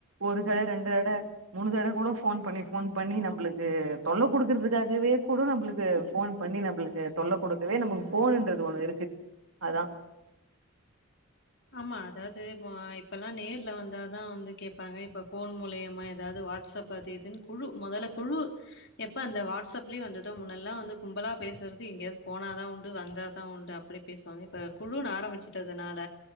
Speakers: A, on the right; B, on the left.
A: ஒரு தட ரெண்டு தட மூணு தடவ கூட ஃபோன் பண்ணி ஃபோன் பண்ணி நம்மளுக்கு தொல்ல கொடுக்கறதுக்காகவே கூட நம்மளுக்கு ஃபோன் பண்ணி நம்மளுக்கு தொல்ல குடுக்கவே நம்ம போணுன்றது ஒண்ணு இருக்கு அதா
B: ஆமா அதாவது இப்ப இப்பெல்லா நேர்ல வந்தாதா வந்து கேட்பாங்க இப்ப போன் மூலியமா ஏதாவது வாட்ஸ்அப் அது இதுன்னு குழு முதல்ல குழு எப்ப அந்த வாட்ஸ்அப்லயு வந்துதோ முன்னெல்லாம் வந்து கும்பலா பேசுறது எங்கேயாவது போனாதா உண்டு வந்தாதா உண்டு அப்படி பேசுவாங்க இப்ப குழுன்னு ஆரம்பிச்சுட்டதுனால